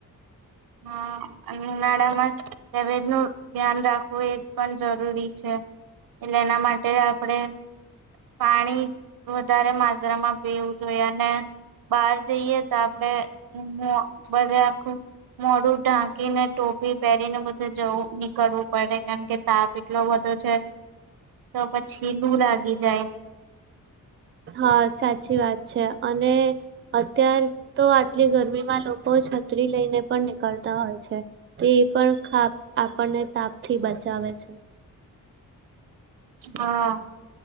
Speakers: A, on the right; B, on the right.
A: હા અને ઉનાળા માં તબિયતનું ધ્યાન રાખવું એ પણ જરૂરી છે એટલે એના માટે આપણેે પાણી વધારે માત્રામાં પીવું જોઈ અને બહાર જઈએ તો આપડે મોહ બધ રાખું મોડું ઢાંકીને ટોપી પહેરી ને બધે જવું નીકળવું પડે કેમકે તાપ એટલો બધો છે. તો પછી લું લાગી જાય.
B: હા સાચી વાત છે અને અત્યાર તો આટલી ગરમીમાં લોકો ઓ છત્રી લઈને પણ નીકળતા હોય છે તે એ પણ ખાપ આપણને તાપથી બચાવે છે.
A: હા.